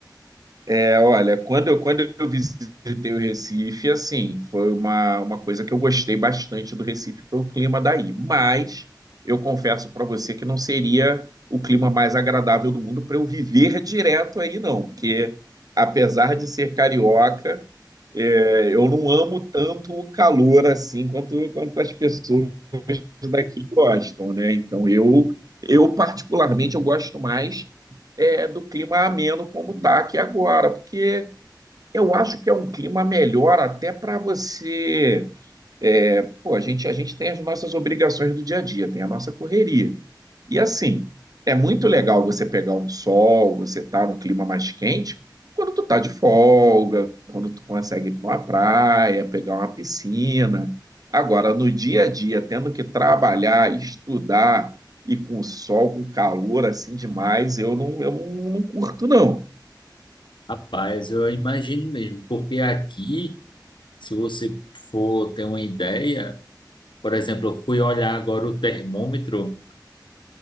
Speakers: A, on the right (about 50°); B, on the left (about 90°).
A: É, olha, quando eu, quando eu visitei o Recife, assim, foi uma, uma coisa que eu gostei bastante do Recife, foi o clima daí. Mas eu confesso para você que não seria o clima mais agradável do mundo para eu viver direto aí, não. Porque, apesar de ser carioca, é, eu não amo tanto o calor assim quanto, quanto as pessoas daqui gostam, né? Então, eu, eu particularmente, eu gosto mais é, do clima ameno como está aqui agora, porque eu acho que é um clima melhor até para você. é, pô, a gente, a gente tem as nossas obrigações do dia a dia, tem a nossa correria. E assim, é muito legal você pegar um sol, você tá num clima mais quente, quando tu tá de folga, quando tu consegue ir para uma praia, pegar uma piscina. Agora, no dia a dia, tendo que trabalhar, estudar e com sol, com calor assim demais, eu não, eu não, não curto, não.
B: Rapaz, eu imagino mesmo, porque aqui, se você for ter uma ideia, por exemplo, eu fui olhar agora o termômetro,